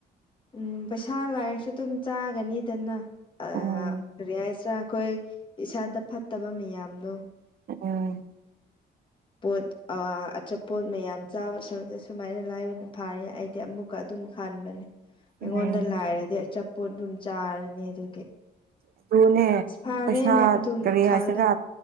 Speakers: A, on the left; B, on the right.
A: ꯎꯝ ꯄꯩꯁꯥ ꯂꯥꯏꯔꯁꯨ ꯑꯗꯨꯝ ꯆꯥꯒꯅꯤꯗꯅ ꯑ
B: ꯎꯝ
A: ꯀꯔꯤ ꯍꯥꯏꯁꯤꯔ ꯑꯩꯈꯣꯏ ꯏꯁꯥꯗ ꯐꯠꯇꯕ ꯃꯌꯥꯝꯗꯣ
B: ꯎꯝ
A: ꯄꯣꯠ ꯑ ꯑꯆꯥꯄꯣꯠ ꯃꯌꯥꯝ ꯆꯥꯕ ꯁꯔꯨꯛꯇ ꯁꯨꯃꯥꯏꯅ ꯂꯥꯏꯕꯅ ꯐꯥꯔꯦ ꯑꯩꯗꯤ ꯑꯃꯨꯛ ꯀ ꯑꯗꯨꯝ ꯈꯟꯕꯅꯦ ꯑꯩꯉꯣꯟꯗ
B: ꯎꯝ
A: ꯂꯥꯏꯔꯗꯤ ꯑꯆꯥꯄꯣꯠ ꯑꯗꯨꯝ ꯆꯥꯔꯅꯤ ꯑꯗꯨꯒꯤ
B: ꯑꯗꯨꯅꯦ
A: ꯐꯥꯔꯦꯅ
B: ꯄꯩꯁꯥ
A: ꯑꯗꯨꯝ
B: ꯀꯔꯤ
A: ꯈꯜꯂꯦ
B: ꯍꯥꯏꯁꯤꯔ